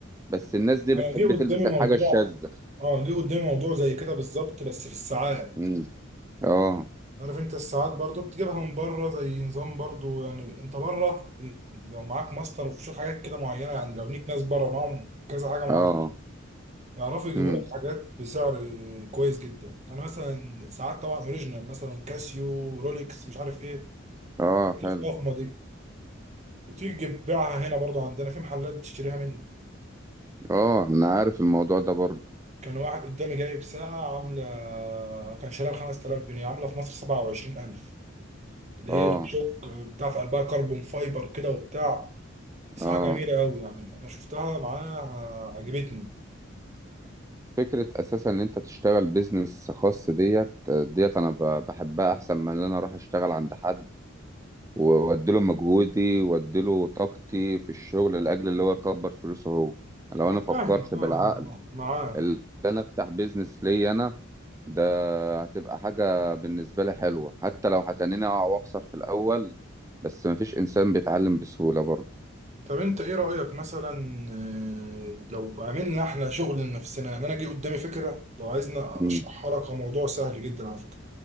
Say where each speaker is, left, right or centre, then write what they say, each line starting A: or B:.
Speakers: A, on the right (about 15°); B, on the right (about 35°).
A: بس الناس دي بتحب
B: انا جه قدامي
A: تلبس الحاجة
B: موضوع
A: الشاذة
B: اه جه قدامي موضوع زي كده بالظبط بس في الساعات
A: امم اه
B: عارف انت الساعات برضو بتجيبها من بره زي نظام برضو يعني انت بره لو معاك ماستر وفي شوية حاجات كده معينه يعني لو ليك ناس بره معاهم كذا حاجه معينه
A: اه
B: يعرفوا يجيبوا
A: امم
B: لك حاجات بسعر كويس جدا يعني مثلا ساعات طبعا اوريجينال مثلا كاسيو رولكس مش عارف ايه
A: اه
B: الفخمه
A: حلو
B: دي وتيجي تبيعها هنا برضو عندنا في محلات بتشتريها منه
A: اه انا عارف الموضوع ده برضه
B: كان واحد قدامي جايب ساعة عاملة كان شاريها ب 5000 جنيه عاملة في مصر 27000 اللي
A: اه
B: هي جي شوك بتاعت قلبها كربون فايبر كده وبتاع ساعة
A: اه
B: جميلة قوي يعني أنا شفتها معاها عجبتني
A: فكرة اساسا ان انت تشتغل بيزنس خاص ديت ديت انا ب- بحبها احسن من ان انا اروح اشتغل عند حد واديله مجهودي واديله طاقتي في الشغل لاجل اللي هو يكبر فلوسه هو لو
B: أنا
A: انا
B: فاهم
A: فكرت
B: آه،
A: بالعقل
B: آه، آه، معاك
A: اللي انا افتح بيزنس ليا انا ده هتبقى حاجة بالنسبة لي حلوة حتى لو هتنيني اقع واخسر في الاول بس مفيش انسان بيتعلم بسهولة برضه
B: طب انت ايه رأيك مثلا آه، لو عملنا احنا شغل لنفسنا يعني انا جه قدامي فكرة لو عايزنا
A: مم.
B: اشرحها لك كموضوع سهل جدا على فكرة